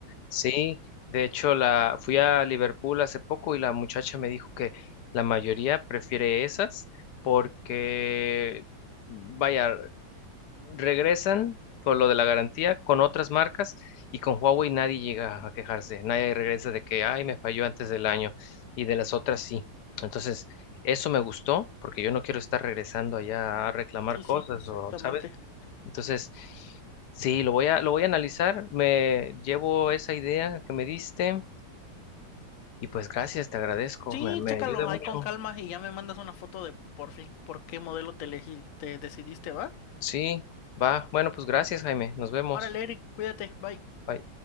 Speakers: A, on the left; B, on the left.
A: Sí, de hecho la fui a Liverpool hace poco y la muchacha me dijo que la mayoría prefiere esas porque, vaya, regresan por lo de la garantía con otras marcas y con Huawei nadie llega a quejarse, nadie regresa de que, ay, me falló antes del año y de las otras sí. Entonces, eso me gustó porque yo no quiero estar regresando allá a reclamar
B: Sí,
A: cosas
B: sí, exactamente.
A: o, ¿sabes? Entonces, sí, lo voy a, lo voy a analizar. Me llevo esa idea que me diste y pues gracias, te agradezco.
B: Sí,
A: Me, me
B: chécalo
A: ayuda mucho.
B: ahí con calma y ya me mandas una foto de por fin por qué modelo te elegí, te decidiste, ¿va?
A: Sí, va. Bueno, pues gracias, Jaime. Nos vemos.
B: Órale, Eric, cuídate, bye.
A: Bye.